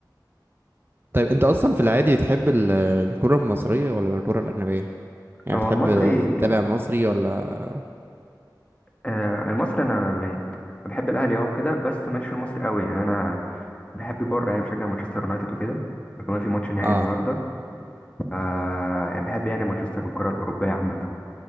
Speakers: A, on the right; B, on the left.
A: طيب انت اصلا في العادي بتحب ال- الكرة المصرية ولا الكرة الأجنبية يعني
B: هو
A: بتحب
B: المصري
A: تتابع مصري ولا
B: آه المصري انا م- أنا بحب الاهلي اه وكده بس ماليش في المصري قوي يعني انا بحب بره يعني بشجع مانشستر يونايتد وكده وكمان في ماتش نهائي
A: اه
B: النهارده آه يعني بحب يعني مانشستر والكره الاوروبيه عامه